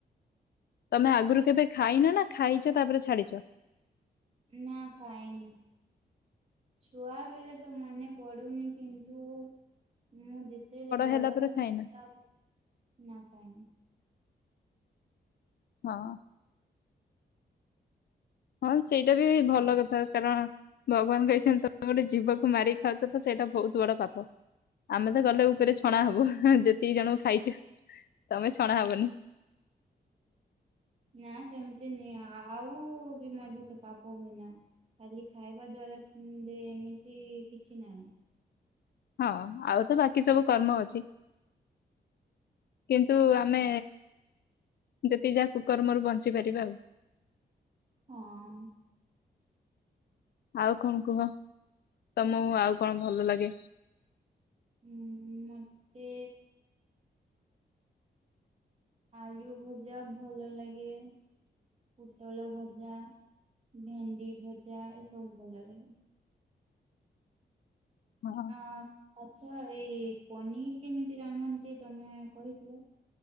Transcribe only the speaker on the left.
ତମେ ଆଗରୁ କେବେ ଖାଇନ ନା, ଖାଇଛ, ତାପରେ ଛାଡିଛ?
ହେଲା ପରେ
ଖାଇନ
ହଁ। ହଁ, ସେଇଟା ବି ଭଲ କଥା। କାରଣ ଭଗବାନ କହିଛନ୍ତି ତମେ ଗୋଟେ ଜୀବକୁ ମାରିକି ଖାଉଛ ତ, ସେଇଟା ବହୁତ ବଡ ପାପ। ଆମେ ତ ଗଲେ ଉ ଉପରେ ଛଣା
ହବୁ, ହାଁ ଯେତିକି ଜଣଙ୍କୁ ଖାଇଛୁ। ତମେ ଛଣା ହବନି।
ହଁ, ଆଉ ତ ବାକି ସବୁ କର୍ମ ଅଛି। କିନ୍ତୁ ଆମେ ଯେତିକି ଯାହା କୁକର୍ମରୁ ବଞ୍ଚିପାରିବା ଆଉ।
ଆଉ କଣ କୁହ, ତମକୁ ଆଉ କଣ ଭଲ ଲାଗେ?
ହଁ